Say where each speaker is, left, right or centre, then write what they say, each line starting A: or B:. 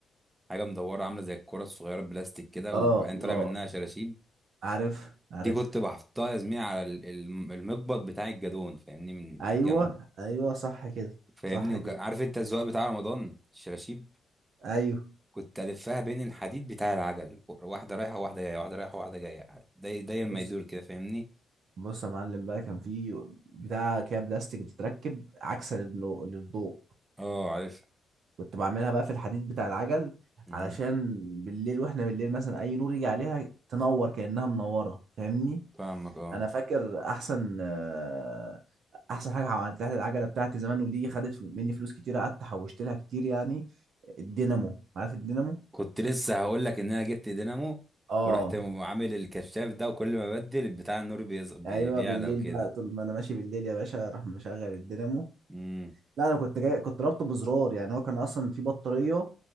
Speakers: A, on the right; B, on the right.
A: حاجة مدورة عاملة زي الكرة الصغيرة بلاستيك كده
B: اه
A: وبعدين طالع
B: اه
A: منها شراشيب
B: عارف عارف
A: دي كنت بحطها يا زميلي على ال- ال- المقبض بتاع الجدون فاهمني من
B: ايوه
A: من الجنب
B: ايوه صح كده
A: فاهمني
B: صح
A: وك-
B: كده
A: عارف انت الزواق بتاع رمضان الشراشيب
B: ايوه
A: كنت الفها بين الحديد بتاع العجل واحدة رايحة وواحدة جاية واحدة رايحة وواحدة جاية داير داير ما
B: بص
A: يدور كده فاهمني
B: بص يا معلم بقى كان في بتاع كده بلاستيك بتتركب عكسا للنو- للضوء
A: اه عارف
B: كنت بعملها بقى في الحديد بتاع العجل
A: مم.
B: علشان بالليل واحنا بالليل مثلا اي نور يجي عليها تنور كأنها منورة فاهمني
A: فاهمك اه
B: انا فاكر احسن آه، احسن حاجه عملتها للعجله بتاعتي زمان ودي خدت مني فلوس كتير قعدت حوشت لها كتير يعني الدينامو عارف الدينامو
A: كنت لسه هقول لك ان انا جبت دينامو
B: اه
A: ورحت عامل الكشاف ده وكل ما بدل البتاع النور بيز... بي...
B: ايوه
A: بيعلى
B: بالليل
A: وكده
B: بقى طول ما انا ماشي بالليل يا باشا اروح مشغل الدينامو
A: امم
B: لا انا كنت جاي كنت رابطه بزرار يعني هو كان اصلا في بطاريه